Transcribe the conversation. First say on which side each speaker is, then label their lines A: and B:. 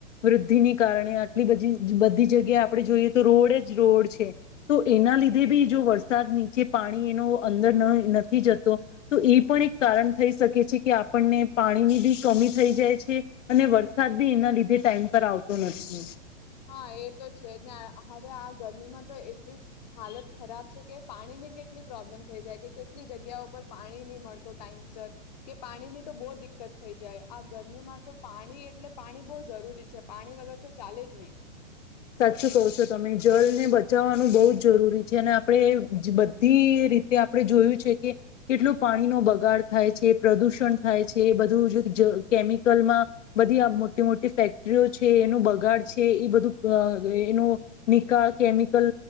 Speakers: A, on the left; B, on the left.
A: વૃદ્ધિને કારણે આટલી બધી બધી જગ્યા આપણે જોઈએ તો રોડ જ રોડ છે તો એના લીધે બી જો વરસાદની જે પાણી એનો અંદર નઇ નથી જતો તો એ પણ એક કારણ થઈ શકે છે કે આપણને પાણીની બી કમી થઈ જાય છે અને વરસાદ બી એના લીધે ટાઈમ પર આવતો નથી
B: હા એ તો છે ને હવે આ ગરમીમાં તો એટલી હાલત ખરાબ છે કે પાણી ને કેટલી પ્રોબ્લેમ થઈ જાય કે કેટલી જગ્યા પર પાણી નહી મળતો ટાઈમ સર કે પાણી ની તો બહુ દિકકત થઈ જાય આ ગરમીમાં તો પાણી એટલે પાણી બહુ જરૂરી છે પાણી વગર તો ચાલે જ નહી
A: સાચું કહો છો તમે જલને બચાવવાનું બહુ જ જરૂરી છે અને આપણે બધી રીતે આપણે જોયું છે કે કેટલું પાણીનો બગાડ થાય છે પ્રદુષણ થાય છે એ બધું કેમિકલમાં બધી આ મોટી મોટી ફેક્ટરીઓ છે એનું બગાડ છે એ બધું અ એનો નિકાલ કેમિકલ